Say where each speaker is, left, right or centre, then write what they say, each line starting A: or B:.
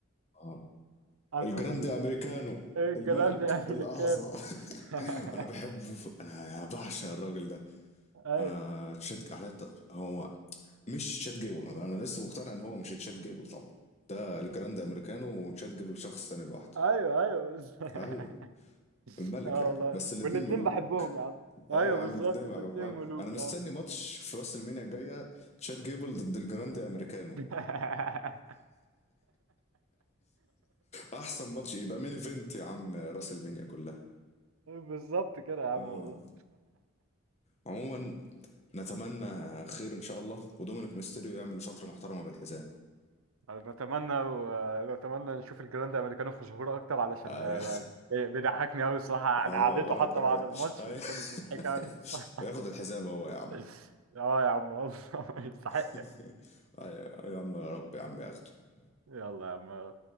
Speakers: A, on the left; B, on the right.
A: اه
B: انقذ
A: الجراندي
B: ال...
A: امريكانو
B: إيه الجدعان
A: الملك
B: ده يعني
A: الاعظم
B: اللي كان
A: <laughs>
B: <laughs>
A: انا بحبه ف... انا بعشق الراجل ده
B: ايوه
A: انا تشات على الت- هو مش تشات جيبل انا لسه مقتنع ان هو مش تشات جيبل طبعا ده الجراند امريكانو وتشات جيبل شخص تاني لوحده
B: ايوه ايوه بس- <laughs>
A: ايوه الملك
B: اه
A: يا عم
B: والله
A: بس الاتنين
B: والاتنين
A: ملوك
B: بحبهم يا عم ايوه
A: ايوه يا عم
B: بالظبط
A: الاتنين
B: الاتنين
A: بقى أيوة.
B: ملوك
A: انا مستني
B: يا عم
A: ماتش في راس المينيا الجايه تشات جيبل ضد الجراند امريكانو
B: <laughs>
A: احسن ماتش يبقى مين ايفنت يا عم راس المينيا كلها
B: بالظبط كده يا عم
A: آه.
B: والله
A: عموما نتمنى خير ان شاء الله ودومينيك ميستيريو يعمل فتره محترمه بالحزام
B: بتمنى بتمنى نشوف الجراند امريكانو في ظهور اكتر علشان
A: اه
B: آه،
A: يا
B: بيضحكني قوي الصراحه
A: <laughs>
B: يعني
A: اه
B: قعدته
A: وانا
B: حتى
A: كمان
B: بعد الماتش
A: آه يا-
B: دي كانت مضحكه
A: <laughs>
B: قوي الصراحة.
A: وياخد الحزام هو يا عم
B: <laughs> اه يا عم والله <laughs> يستحق
A: <laughs> آه يا آه يا عم يا رب يا عم ياخده
B: يلا يا عم